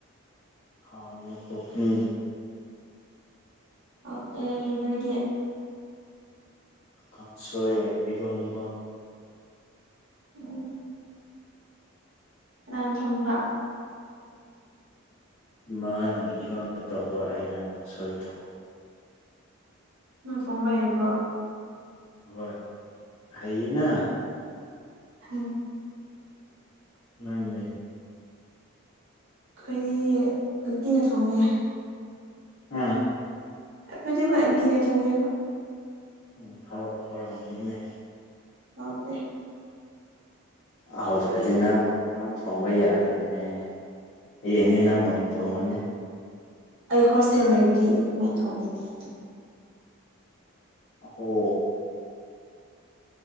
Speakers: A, on the left; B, on the right.
A: ꯍꯥꯎ ꯌꯦ ꯄꯀꯤ
B: ꯍꯥꯎꯇꯦ ꯅꯣꯏꯗꯦ
A: ꯀꯥꯡꯁꯣꯏ ꯏꯔꯣꯟꯕ
B: ꯎꯝ ꯀꯥꯅꯥꯅ ꯊꯣꯡꯕ
A: ꯏꯃꯥꯅ ꯏꯔꯝꯕ ꯇꯧꯕ ꯑꯩꯅ ꯀꯥꯡꯁꯣꯏ ꯊꯧ
B: ꯅ ꯊꯣꯡꯕ ꯍꯩꯕ꯭ꯔꯣ
A: ꯍꯣꯏ ꯍꯥꯏꯌꯦꯅ
B: ꯎꯝ
A: ꯅꯡꯗꯤ
B: ꯑꯩꯈꯣꯏꯗꯤ ꯇꯤꯅ ꯊꯣꯡꯉꯦ <unintelligible>
A: ꯎꯝ
B: ꯑꯩꯈꯣꯏꯗꯤꯕꯨ ꯑꯟꯇꯤꯅ ꯊꯣꯡꯉꯦꯕ
A: ꯎ ꯍꯧꯔꯝꯃꯅꯤꯅꯦ
B: ꯍꯥꯎꯇꯦ
A: ꯑꯍꯧꯗ꯭ꯔꯗꯤ ꯅꯪ ꯅꯪ ꯊꯣꯡꯕ ꯌꯥꯗ꯭ꯔꯅꯦ ꯌꯦꯡꯅꯦ ꯅꯪ ꯑꯣꯏꯅ ꯊꯣꯡꯉꯅꯦ
B: ꯑꯩ ꯍꯣꯁꯇꯦꯜ ꯂꯩꯕꯗꯤ ꯀꯃꯥꯏꯅ ꯊꯣꯡꯒꯅꯤ ꯑꯩꯅ
A: ꯍꯣ